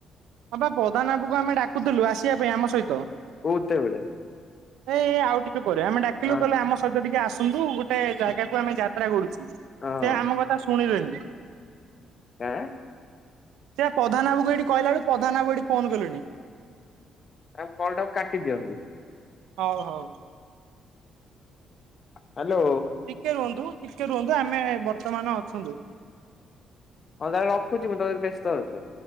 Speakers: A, on the right; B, on the left.
A: ହଁ ପା ପ୍ରଧାନ ବାବୁକୁ ଆମେ ଡାକୁଥିଲୁ ଆସିବା ପାଇଁ ଆମ ସହିତ।
B: କୋଉତେବେଳେ
A: ଏଇ ଆଉ ଟିକେ ପରେ ଆମେ ଡାକିଲୁ
B: ହଁ
A: କହିଲୁ ଆମ ସହିତ ଟିକେ ଆସନ୍ତୁ ଗୋ ଟେ ଜାଗାକୁ
B: ହଁ
A: ଆମେ ଯାତ୍ରା କରୁଛୁ। ସେ
B: ହଁ
A: ଆମ କଥା ଶୁଣିଲେନି।
B: ଆଁ?
A: ସେ ପ୍ରଧାନ ବାବୁକୁ ଏଇଠି କହିଲା ବେଳୁ ପ୍ରଧାନ ବାବୁ ଏଠି ଫୋନ୍ କଲେଣି।
B: ଆଉ କଲ୍ ଟାକୁ କାଟି ଦିଅନ୍ତୁ।
A: ହଉ ହଉ।
B: ହ୍ୟାଲୋ
A: ଟିକେ ରୁହନ୍ତୁ, ଟିକେ ରୁହନ୍ତୁ, ଆମେ ବର୍ତ୍ତମାନ ଅଛନ୍ତି।
B: ହଁ ତାହେଲେ ରଖୁଚି। ମୁଁ ତୋମେ ଯଦି ବ୍ୟସ୍ତ ଅଛ।